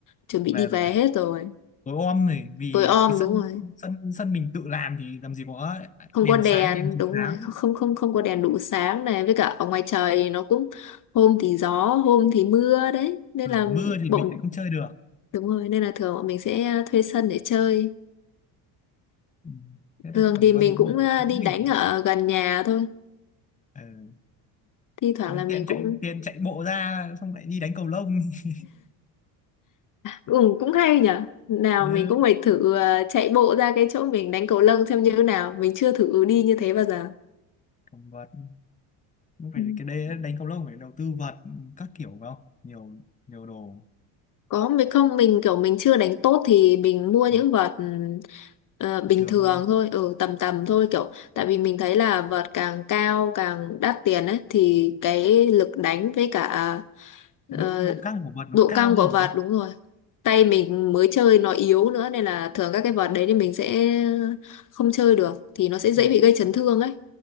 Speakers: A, on the left; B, on the left.
A: chuẩn bị
B: về
A: đi về
B: rồi
A: hết rồi
B: tối om này vì
A: tối om
B: cái sân
A: đúng rồi
B: sân sân mình tự làm thì làm gì có
A: không
B: đèn
A: có đèn
B: sáng đèn chiếu
A: đúng rồi
B: sáng
A: không không không không có đèn đủ sáng này với cả ở ngoài trời thì nó cũng hôm thì gió hôm thì mưa đấy nên
B: ừ,
A: là
B: mưa thì
A: bọn
B: mình lại không chơi được
A: đúng rồi nên là thường bọn mình sẽ thuê sân để chơi
B: ừ. thế
A: thường
B: là còn
A: thì mình
B: ba bốn
A: cũng
B: buổi
A: ờ,
B: cũng
A: đi đánh
B: mình
A: ở gần nhà thôi
B: ừ.
A: thi thoảng là mình
B: tiện
A: cũng
B: chạy tiện chạy bộ ra xong lại đi đánh cầu lông <laughs>
A: Ừ, cũng hay nhở Nào
B: ừ.
A: mình cũng phải thử ờ, chạy bộ ra cái chỗ mình đánh cầu lông xem như thế nào. Mình chưa thử đi như thế bao giờ.
B: còn vật không phải
A: Ừ.
B: cái đây đánh cầu lông phải đầu tư vật các kiểu phải không nhiều nhiều đồ
A: Có mình không mình kiểu mình chưa đánh tốt thì mình mua những
B: ừ.
A: vợt ừm, ờ,
B: bình
A: bình
B: thường
A: thường
B: thôi
A: thôi, ừ, tầm tầm thôi kiểu tại vì mình thấy là vợt càng cao càng đắt tiền ấy thì cái lực đánh với cả ờ,
B: Cái độ độ căng của vật nó
A: độ
B: cao
A: căng
B: hơn
A: của
B: phải
A: vợt
B: không
A: đúng rồi tay mình mới chơi nó yếu nữa nên là thường các cái vợt đấy thì mình sẽ không chơi được thì nó sẽ dễ
B: ừ.
A: bị gây chấn thương ấy